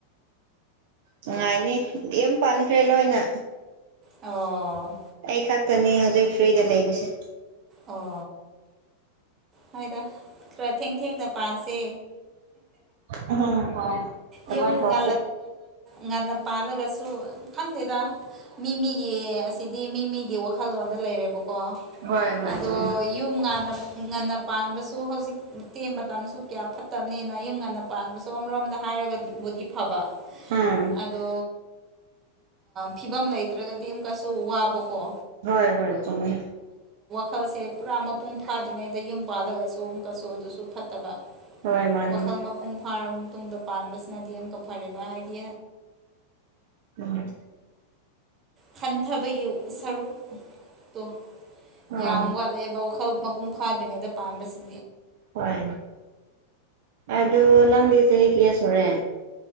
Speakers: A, on the right; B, on the right.
A: ꯅꯨꯡꯉꯥꯏꯅꯤ ꯌ ꯄꯥꯟꯈ꯭ꯔꯦ ꯂꯣꯏꯅ
B: ꯑꯣ
A: ꯑꯩ ꯈꯛꯇꯅꯤ ꯍꯧꯖꯤꯛ ꯐ꯭ꯔꯤꯗ ꯂꯩꯕꯁꯦ
B: ꯑꯣ ꯍꯥꯏꯗ ꯈꯔ ꯊꯦꯡ ꯊꯦꯡꯅ ꯄꯥꯟꯁꯦ
A: ꯎꯝ ꯍꯣꯏ ꯑꯗꯨꯃꯥꯏꯅ
B: ꯌꯨꯝ
A: ꯇꯧꯁꯦ
B: ꯉ ꯉ ꯉ ꯄꯥꯜꯂꯒꯁꯨ ꯈꯪꯗꯦꯗ ꯃꯤ ꯃꯤꯒꯤ ꯑꯁꯤꯗꯤ ꯃꯤ ꯃꯤꯒꯤ ꯋꯥꯈꯜꯂꯣꯟꯗ ꯂꯩꯔꯦꯕꯀꯣ
A: ꯍꯣꯏ ꯍꯣꯏ
B: ꯑꯗꯣ
A: ꯆꯨꯝꯃꯦ
B: ꯌꯨꯝ ꯉꯟꯅ ꯄꯥꯟꯕꯁꯨ ꯍꯧꯖꯤꯤ ꯃꯇꯝꯁꯨ ꯀꯌꯥ ꯐꯠꯇꯕꯅꯤꯅ ꯌꯨꯝ ꯉꯟꯅ ꯄꯥꯟꯕꯁꯨ ꯑꯃꯔꯣꯝꯗ ꯍꯥꯏꯔꯒꯗꯤꯕꯨꯗꯤ ꯐꯕ
A: ꯎꯝ
B: ꯑꯗꯣ ꯐꯤꯕꯝ ꯂꯩꯇ꯭ꯔꯒꯗꯤ ꯑꯃꯨꯛꯀꯁꯨ ꯋꯥꯕꯀꯣ
A: ꯍꯣꯏ ꯍꯣꯏ ꯆꯉꯃꯦ
B: ꯐꯛꯁꯦ ꯄꯨꯔꯥ ꯃꯄꯨꯡ ꯐꯥꯗ꯭ꯔꯤꯉꯩꯗ ꯌꯨꯝ ꯄꯥꯜꯂꯒꯁꯨ ꯑꯃꯨꯛꯀꯁꯨ ꯑꯗꯨꯁꯨ ꯐꯠꯇꯕ
A: ꯍꯣꯏ ꯃꯥꯅꯤ
B: ꯋꯥꯈꯜ ꯃꯄꯨꯡ ꯐꯥꯔꯝ ꯇꯨꯡꯗ ꯄꯥꯟꯕꯁꯤꯅꯗꯤ ꯑꯃꯀ ꯐꯔꯦꯕ ꯍꯥꯏꯗꯤ
A: ꯎꯝ
B: ꯈꯟꯊꯕꯌꯨ ꯁꯔꯨꯛꯇꯣ
A: ꯑꯥ
B: ꯌꯥꯝ ꯋꯥꯠꯂꯛꯑꯦꯕ ꯋꯥꯈꯜ ꯃꯄꯨꯡ ꯐꯥꯗ꯭ꯔꯤꯉꯩꯗ ꯄꯥꯟꯕꯥꯕꯁꯤꯅ
A: ꯍꯣꯏ ꯑꯗꯨ ꯅꯪꯗꯤ ꯆꯍꯤ ꯀꯌꯥ ꯁꯨꯔꯦ